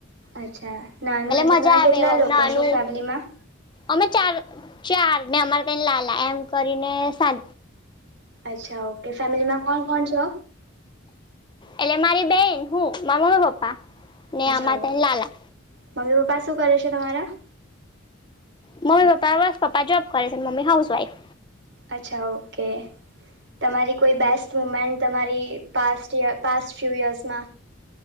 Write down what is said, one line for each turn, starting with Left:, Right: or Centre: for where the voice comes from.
Right: અચ્છા નાનું એટલે
Left: મજા
Right: તમે
Left: આવે
Right: કેટલા
Left: એવું
Right: લોકો
Left: અમને નાનું
Right: છો ફેમિલીમાં
Left: અમે ચાર ચાર ને અમારે એમ કરીને સા
Right: અચ્છા ઓકે કે ફેમિલી માં કોણ કોણ છો
Left: એટલે મારી બેન હું મામ્મી પપ્પા ને
Right: અચ્છા
Left: આમાં તને લાલા
Right: મમ્મી પપ્પા શું કરે છે તમાવારા
Left: મમ્મી પપ્પા બસ પપ્પા જોબ કરે છે મમ્મી હાઉસવાઈફ
Right: અચ્છા ઓકે તમારી કોઈ બેસ્ટ મુમેન્ટ તમારી પા ય પાસ્ટ ફ્યુ યર્સમાં